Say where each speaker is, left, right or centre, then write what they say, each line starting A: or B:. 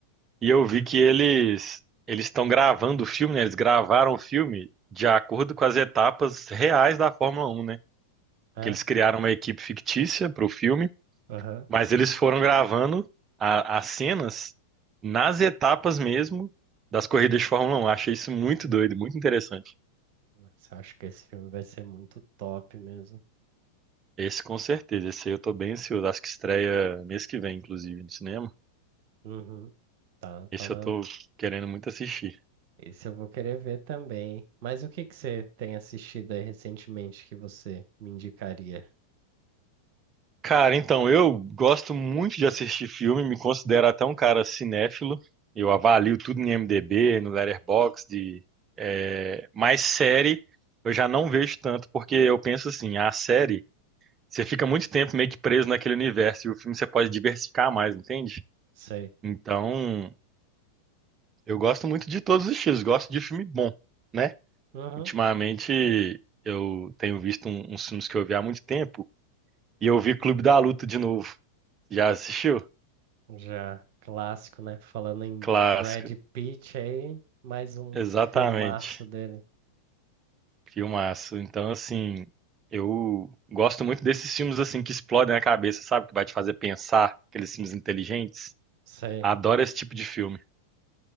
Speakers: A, on the right (about 25°); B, on the right (about 45°).
A: E eu vi que eles eles estão gravando o filme, né? Eles gravaram o filme de acordo com as etapas reais da Fórmula 1, né?
B: É,
A: Que eles criaram uma equipe fictícia para o filme,
B: aham.
A: mas eles foram gravando a- as cenas nas etapas mesmo das corridas de Fórmula 1. Achei isso muito doido, muito interessante.
B: Nossa, eu acho que esse filme vai ser muito top mesmo.
A: Esse com certeza, esse aí eu tô bem ansioso. Acho que estreia mês que vem, inclusive, no cinema.
B: Uhum, tá,
A: Esse
B: tá na...
A: eu tô querendo muito assistir.
B: Esse eu vou querer ver também. hein? Mas o que que você tem assistido aí recentemente que você me indicaria?
A: Cara, então, eu gosto muito de assistir filme, me considero até um cara cinéfilo. Eu avalio tudo em IMDb, no Letterboxd, de, é, mas série eu já não vejo tanto, porque eu penso assim, a série, você fica muito tempo meio que preso naquele universo, e o filme você pode diversificar mais, entende?
B: Sei.
A: Então, eu gosto muito de todos os estilos, gosto de filme bom, né?
B: Uhum,
A: Ultimamente, eu tenho visto um- uns filmes que eu vi há muito tempo, e eu vi Clube da Luta de novo. Já assistiu?
B: já clássico, né? Falando em
A: Clássico,
B: Brad Pitt aí, mais um
A: exatamente.
B: filmaço dele.
A: Filmaço. Então, assim, eu gosto muito desses filmes assim que explodem a cabeça, sabe? Que vai te fazer pensar, aqueles filmes inteligentes.
B: Sei.
A: Adoro esse tipo de filme.